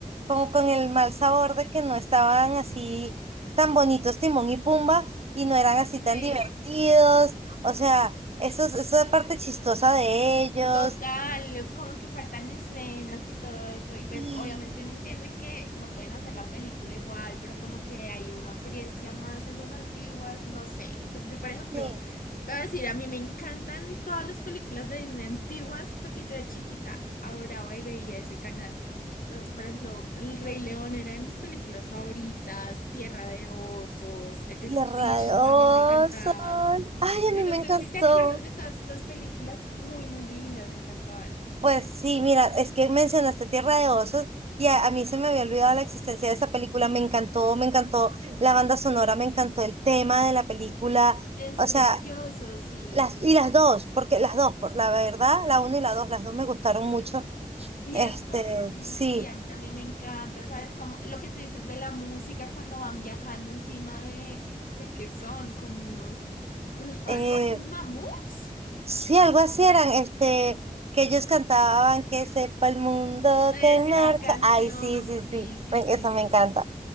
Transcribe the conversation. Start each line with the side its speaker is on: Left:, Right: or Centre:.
Right: como con el mal sabor de que no estaban así tan bonitos Timón y Pumba y no eran así
Left: Sí.
Right: tan divertidos. O sea, eso, es- eso es parte chistosa de ellos.
Left: Total, como que faltan escenas y todo esto, y pues
Right: Y,
Left: obviamente uno entiende que no pueden hacer la película igual, pero como que ahí uno aprecia más esas antiguas, no sé, es que yo por ejemplo,
Right: y,
Left: te voy a decir, a mí me encantan todas las películas de Disney antiguas porque yo de chiquita adoraba y veía ese canal, entonces por ejemplo, El Rey León era de mis películas favoritas, Tierra de Osos, Stitch
Right: y radiosos.
Left: también me encantaba.
Right: Ay,
Left: Yo
Right: a mí
Left: no
Right: me encantó.
Left: sé si te acuerdas de todas estas películas muy, muy lindas, me encantaban.
Right: Pues sí, mira, es que mencionaste Tierra de Osos y a, a mí se me había olvidado la existencia de esa película. Me encantó, me encantó la banda sonora, me encantó el tema de la película.
Left: Es
Right: O sea,
Left: precioso, sí,
Right: las,
Left: sí.
Right: y las dos, porque las dos, por la verdad, la uno y la dos, las dos me gustaron mucho.
Left: ¿Cierto?
Right: Este,
Left: Sí,
Right: sí.
Left: a mí también me encanta, ¿sabes? Como lo que tú dices de la música cuando van viajando encima de, creo que son como unos elefantes,
Right: eh,
Left: unos mamuts.
Right: Sí, algo así eran, este, que ellos cantaban que sepa el mundo
Left: Esa
Right: que marcha.
Left: canción,
Right: Ay, sí, sí,
Left: sí,
Right: sí,
Left: sí,
Right: me-
Left: sí,
Right: esa
Left: sí.
Right: me encanta,